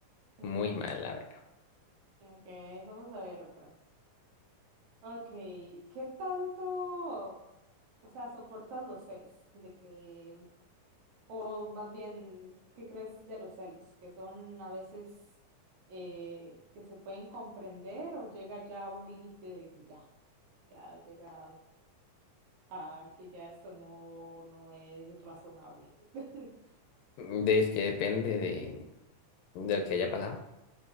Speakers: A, on the right; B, on the left.
A: Mm,
B: muy mal, la verdad.
A: Ok, vamos a ver otro. Ok, ¿qué tanto, o sea, soportas los celos? De que, o más bien, ¿qué crees de los celos? Que son a veces eh, que se pueden comprender o llega ya a un límite de que ya, ya llega a que ya esto no, no es razonable. <laughs>
B: De, es que depende de, de lo que haya pasado.